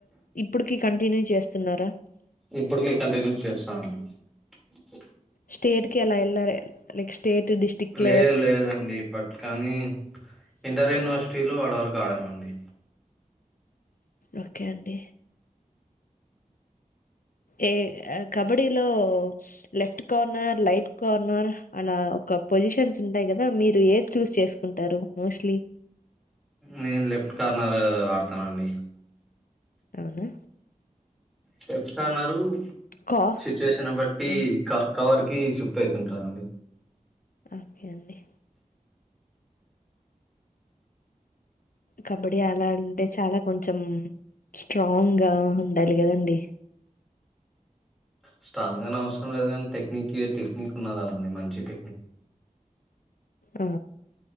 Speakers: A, on the left; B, in the centre.
A: ఇప్పుటికి కంటిన్యూ చేస్తున్నారా
B: ఇప్పటికీ కంటిన్యూ చేస్తామండి కర్ర సౌండ్
A: స్టేట్ లెవెల్ కి వెళ్ళాలి నెక్స్ట్ స్టేట్ డిస్టిక్
B: లేదు లేదండి బట్ కానీ ఇంటర్ యూనివర్సిటీలు ఆర్డర్ కారమండి
A: ఓకే అండి ఏ కబడ్డీలో లెఫ్ట్ కార్నర్ రైట్ కార్నర్ అలా ఒక పొజిషన్స్ ఉంటాయి కదా మీరు ఏది చూస్ చేసుకుంటారు మోస్ట్లీ
B: నేను లెఫ్ట్ కార్నర్ ఆడుతా అత్త నండి
A: అవునా
B: చెప్తన్నారు
A: కా
B: సిచ్యువేషన్ బట్టి
A: ఆ,
B: కవర్ పి జి షిఫ్ట్ అవుతుంటారా అండి
A: ఓకే అండి కబడ్డీ ఆలాంటే చాలా కొంచెం స్ట్రాంగ్ గా ఉండాలి కదండి
B: స్ట్రాంగ్ అనే అవసరం లేదని టెక్ టెక్నిక్ ఉన్న కండి మంచి టక్నిక్
A: ఆ